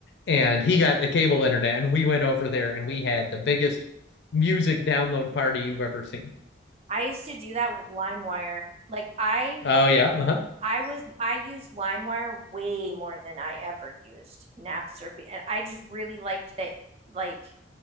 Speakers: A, on the left; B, on the right.
A: and he got the cable internet and we went over there and we had the biggest music download party you've ever seen
B: I used to do that with LimeWire. Like I
A: oh yeah uh-huh
B: I was I used LimeWire way more than I ever used Napster, and I just really liked that like